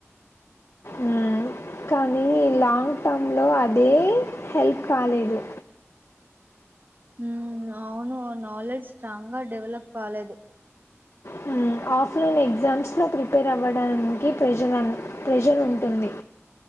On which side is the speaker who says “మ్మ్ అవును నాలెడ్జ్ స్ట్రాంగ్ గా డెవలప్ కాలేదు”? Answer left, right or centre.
Right